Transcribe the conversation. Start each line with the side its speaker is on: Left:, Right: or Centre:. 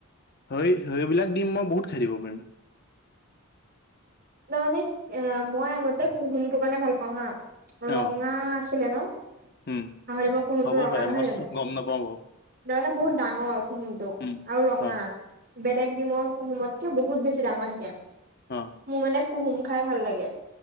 Left: হয়, সেইবিলাক ডিম মই বহুত খাই দিব পাৰিম।
Right: তাৰ মানে এ মই আগতে কুহুমটো কাৰণে ভাল পাওঁ হা ৰঙা
Left: অ
Right: আছিলে ন। হাঁহৰ
Left: উম
Right: ডিমৰ কুহুমটো
Left: হ'ব
Right: ৰঙা
Left: পাৰে
Right: নহয়
Left: মই
Right: জানো?
Left: গম নাপাওঁ বাৰু
Right: তাৰমানে বহুত ডাঙৰ কুহুমটো
Left: উম
Right: আৰু ৰঙা।
Left: অ
Right: বেলেগ ডিমৰ কুহুমতকে বহুত বেছি ডাঙৰ থাকে।
Left: অঁ,
Right: মোৰ মানে কুহুম খাই ভাল লাগে।